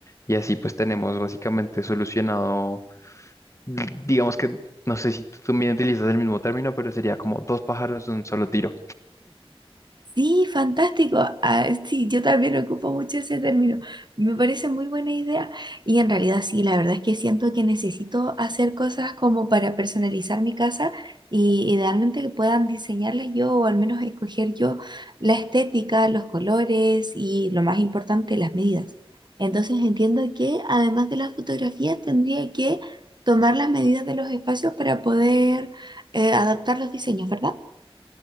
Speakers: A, on the left; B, on the right.
A: y así pues tenemos básicamente solucionado, d- digamos que no sé si tú también utilizas el mismo término, pero sería como dos pájaros de un solo tiro.
B: Sí, fantástico. Ah, sí, yo también ocupo mucho ese término. Me parece muy buena idea. Y en realidad sí, la verdad es que siento que necesito hacer cosas como para personalizar mi casa y idealmente que puedan diseñarlas yo o al menos escoger yo la estética, los colores y lo más importante, las medidas. Entonces entiendo que además de las fotografías tendría que tomar las medidas de los espacios para poder eh, adaptar los diseños, ¿verdad?